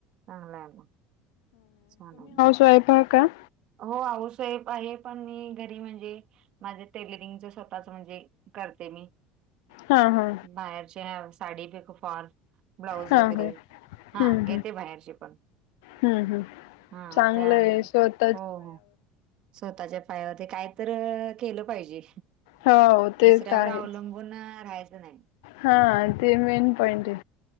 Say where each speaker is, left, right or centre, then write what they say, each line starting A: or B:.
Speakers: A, on the right; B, on the left.
A: चागलंय म छान आहे म
B: <inaudible> प का
A: हो आऊसाहेब आहे पण मी घरी म्हणजे माझे टेलरिंगच स्वतःच म्हणजे करते मी
B: हा हा
A: बाहेरचे साडी बी खू फाॅल ब्लाऊज
B: हा
A: वगैरे
B: हा
A: हा
B: हम्म हम्म
A: घेते बाहेरचे पण
B: हम्म हम्
A: हा
B: चांगलं
A: त्या
B: आहे शत
A: हो हो स्वतःच्या पायावर काय तर केलं पाहिजे
B: हो ते
A: दुसऱ्यावर
B: तर आहेच
A: अवलंबून राहायचं नाही
B: हा ते मेन
A: हो
B: पॉइंट आहे